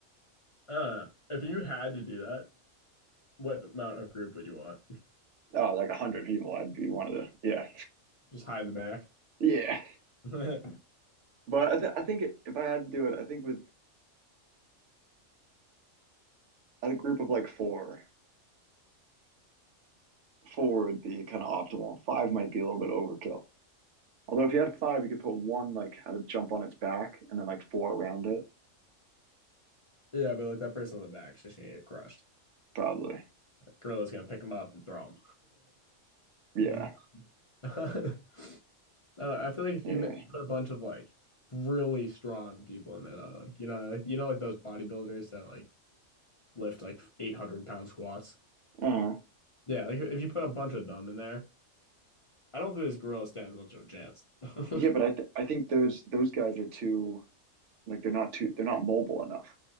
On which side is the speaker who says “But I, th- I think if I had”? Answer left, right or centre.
Right